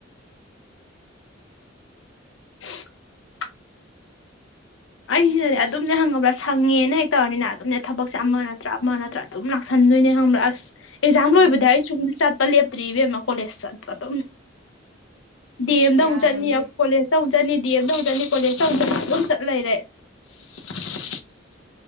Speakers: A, on the left (about 75°); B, on the right (about 70°).
A: <inaudible> ꯑꯩꯁꯤꯅꯅꯦ ꯑꯗꯨꯅꯦ ꯈꯪꯉꯕꯔꯥ ꯁꯡꯛꯦꯅ ꯍꯦꯛ ꯇꯧꯔꯅꯤꯅꯥ ꯑꯗꯨꯝꯅꯦ ꯊꯕꯛꯁꯦ
B: ꯎꯝ
A: ꯑꯃ ꯅꯠꯇ꯭ꯔꯥ ꯑꯃ ꯅꯠꯇ꯭ꯔꯥ ꯑꯗꯨꯝ ꯂꯥꯛꯁꯟꯗꯣꯏꯅꯦ ꯈꯪꯕ꯭ꯔꯥ ꯑꯁ ꯑꯦꯖꯝ
B: ꯎꯝ
A: ꯂꯣꯏꯕꯗ ꯑꯩ ꯁꯪ ꯆꯠ ꯂꯦꯞꯇ꯭ꯔꯤꯕꯦꯝꯃ ꯀꯣꯂꯦꯖ ꯆꯠ ꯑꯗꯨꯝ ꯗꯤꯑꯦꯝꯗ
B: ꯌꯥꯗꯕꯅꯤ
A: ꯃꯨꯛꯛ ꯆꯠꯅꯤ ꯀꯣꯂꯦꯖꯗ ꯗꯤ ꯑꯝ ꯗ ꯃꯨꯛ ꯆꯠꯅꯤ ꯀꯣꯂꯦꯖꯇ ꯃꯨꯛ ꯆꯠꯅꯤ ꯂꯩꯔꯦ <unintelligible>